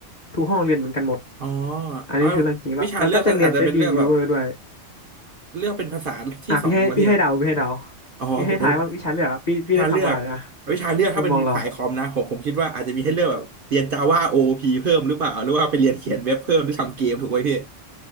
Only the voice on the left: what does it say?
ทุกห้องเรียนเหมือนกันหมด
อันนี้คือเรื่องจริงแล้วแล้วก็จะเรียนใช้ดีมวิวเ
a v e r ด้วย
อ่ะพี่ให้พี่ให้เดาพี่ให้เดา
พี่ให้ทายว่าวิชาเลือกอะพี่พี่ได้ทำอะไรอะ
มุมมองเรา